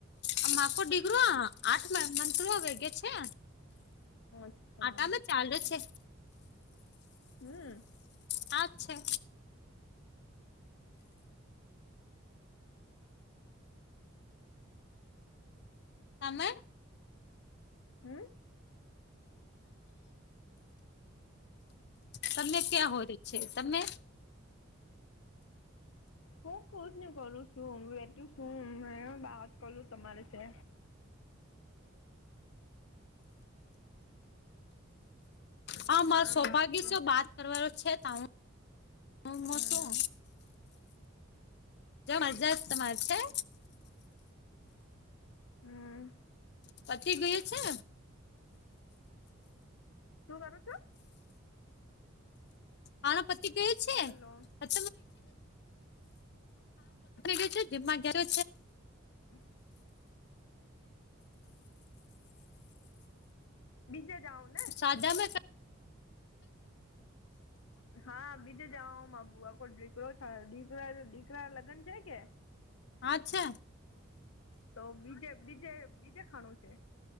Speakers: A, on the left (about 55°); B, on the left (about 85°).
A: આ માખ ડિગ્ર આઠ મથ વેગે છે
B: અચ્છા
A: આટામાં ચાલ છે
B: હમ્મ
A: અચ છે આમે
B: હમ્મ
A: તમે ક્યાં હો ર છે તમે
B: હું કોુજ ન કરું છું હ વઠું છું બાત કરું તમારે છે
A: હા મારા
B: આમ
A: સૌભાગ્ય
B: વાત છે
A: શો બાત કરવાનો છે ત હું હું
B: હમ
A: હું શું જો મજા તો મારે
B: હમ્મ
A: પછી ગય છે.
B: શું કરો છો
A: હાનો પતિ ગયો છે <unintelligible>
B: હેલો
A: ગયો છે જીમમાં ગયો છે
B: હ બીજ જાઉન
A: સાદા મેક
B: હા બીજા જાવાઓમાં આખો દીકરો દીકરા દીકરા લગન છે કે
A: આજ છે
B: તો બીજે બીજે બીજે ખાણું છે